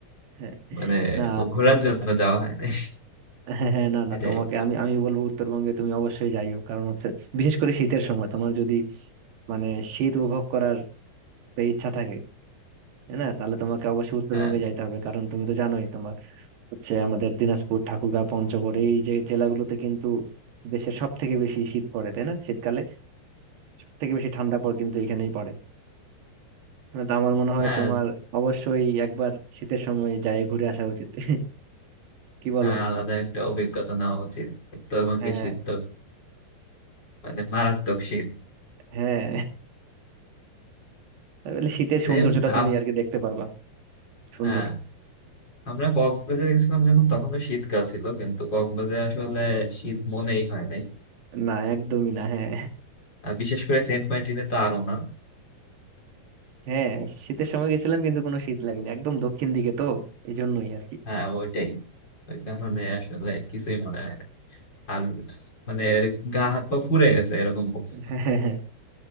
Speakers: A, on the right (about 75°); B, on the left (about 25°).
A: <laughs>
B: মানে
A: না
B: ঘোরার জন্য যাওয়া হয় নাই
A: হ্যাঁ হ্যাঁ, না না
B: এটাই
A: তোমাকে আমি আমি বলবো উত্তরবঙ্গে তুমি অবশ্যই যাইও কারণ হচ্ছে বিশেষ করে শীতের সময় তোমার যদি মানে শীত উপভোগ করার ইচ্ছা থাকে হ্যাঁ না তাহলে তোমাকে অবশ্যই উত্তরবঙ্গে
B: হ্যাঁ
A: যাইতে হবে কারণ তুমি তো জানোই তোমার হচ্ছে আমাদের দিনাজপুর ঠাকুরগাঁও পঞ্চগড় এই যে জেলাগুলোতে কিন্তু দেশের সব থেকে বেশি শীত পড়ে তাই না শীতকালে সব থেকে বেশি ঠান্ডা পড়ে কিন্তু এখানেই পড়ে না তো আমার মনে হয়
B: হ্যাঁ
A: তোমার অবশ্যই একবার শীতের সময় যায় ঘুরে আসা উচিত <laughs> কি বলো
B: হ্যাঁ, আলাদা একটা অভিজ্ঞতা নেওয়া উচিত উত্তরবঙ্গে
A: হ্যাঁ
B: শীত তো মানে মারাত্মক শীত
A: হ্যাঁ তাহলে শীতের সৌন্দর্যটা
B: এই আপ-
A: তুমি আর কি দেখতে পারবা সুন্দর
B: হ্যাঁ আমরা কক্সবাজারে গেছিলাম যখন তখন তো শীতকাল ছিল কিন্তু কক্সবাজারে আসলে শীত মনেই হয় নাই
A: না একদমই না হ্যাঁ
B: আর বিশেষ করে সেন্ট মার্টিনে তো আরো না
A: হ্যাঁ শীতের সময় গেছিলাম কিন্তু কোনো শীত লাগেনি একদম দক্ষিণ দিকে তো এই জন্যই আর কি
B: হ্যাঁ ওইটাই ওই কারণে আসলে কিছুই মনে হয় না। আর মানে গা হাত পা পুড়ে গেছে এরকম অবস্থা
A: হ্যাঁ হ্যাঁ, হ্যাঁ।